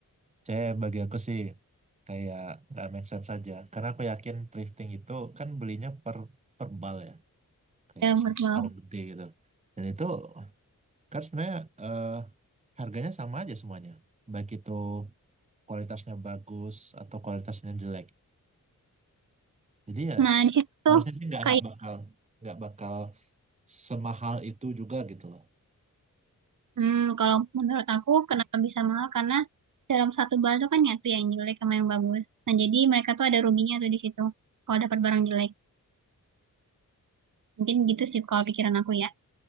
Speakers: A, on the right (about 20°); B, on the right (about 65°).
A: C bagi aku sih kayak nggak make sense saja. Karena aku yakin thrifting itu kan belinya per per bal ya, kayak
B: ya verbal.
A: satu karung gede gitu. Dan itu kan sebenarnya eh, harganya sama aja semuanya, baik itu kualitasnya bagus atau kualitasnya jelek. Jadi ya
B: Nah di situ tuh
A: harusnya sih nggak
B: kayak
A: nggak bakal nggak bakal semahal itu juga gitu loh.
B: hmm, kalau menurut aku kenapa bisa mahal karena dalam satu bar itu kan nyatu ya yang jelek sama yang bagus. Nah jadi mereka tuh ada ruginya tuh di situ kalau dapat barang jelek. Mungkin gitu sih kalau pikiran aku ya.